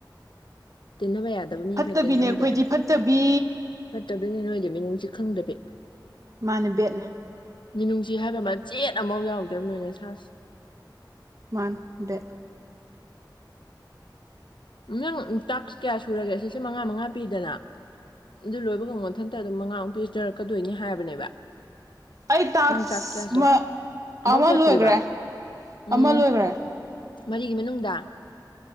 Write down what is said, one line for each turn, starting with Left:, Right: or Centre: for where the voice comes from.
Left: ꯇꯤꯟꯅꯕ ꯌꯥꯗꯕ ꯃꯤ
Right: ꯐꯠꯇꯕꯤꯅꯦ
Left: ꯈꯔ ꯇꯤꯟꯅꯍꯧꯗꯅ
Right: ꯑꯩꯈꯣꯏꯗꯤ ꯐꯠꯇꯕꯤ
Left: ꯐꯠꯇꯗꯨꯅꯦ ꯅꯣꯏꯗ ꯃꯤꯅꯨꯡꯁꯤ ꯈꯪꯗꯕꯤ
Right: ꯃꯥꯅꯦ ꯕꯦꯠꯂ
Left: ꯃꯤꯅꯨꯡꯁꯤ ꯍꯥꯏꯕ ꯑꯃ ꯆꯦꯠ ꯑꯃꯐꯥꯎ ꯌꯥꯎꯗꯦꯕ ꯅꯣꯏꯅ ꯁꯥꯁ
Right: ꯃꯥꯥꯟꯗꯦ
Left: ꯅꯪ ꯇꯥꯛꯁ ꯀꯌꯥ ꯁꯨꯔꯒꯦ ꯁꯤꯁꯦ ꯃꯉꯥ ꯃꯉꯥ ꯄꯤꯗꯅ ꯑꯗꯨ ꯂꯣꯏꯕꯒ ꯃꯊꯟꯇ ꯑꯗꯨꯝ ꯃꯉꯥꯃꯨꯛ ꯄꯤꯖꯔꯛꯀꯗꯣꯏꯅꯤ ꯍꯥꯏꯕꯅꯦꯕ
Right: ꯑꯩ ꯇꯥꯛꯁ
Left: ꯅꯪ ꯀꯌꯥ ꯁꯨꯔꯦ ꯑꯝꯐꯥꯎ
Right: ꯑꯃ
Left: ꯆꯠꯇ꯭ꯔꯤꯕ
Right: ꯂꯣꯏꯈ꯭ꯔꯦ
Left: ꯎꯝ
Right: ꯑꯃ ꯂꯣꯏꯈ꯭ꯔꯦ
Left: ꯃꯔꯤꯒꯤ ꯃꯅꯨꯡꯗ